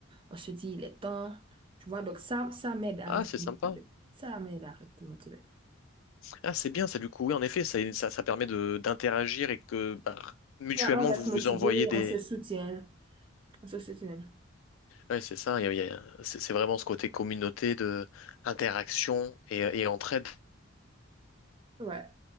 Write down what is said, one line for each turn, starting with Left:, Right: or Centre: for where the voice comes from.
Right: on se dit il est temps. Tu vois, donc ça, ça m'aide à
Left: Ah,
Right: rester
Left: c'est sympa.
Right: motivée. Ça m'aide à rester motivée.
Left: Ah, c'est bien ça du coup. Oui, en effet, ça, ça, ça permet de d'interagir et que bah, mutuellement
Right: Ouais, on reste
Left: vous
Right: motivé,
Left: vous envoyez des.
Right: on se soutient, on se soutient.
Left: Ouais, c'est ça. il y a- il y a- c'est c'est vraiment ce côté communauté de interaction et, et entraide.
Right: Ouais.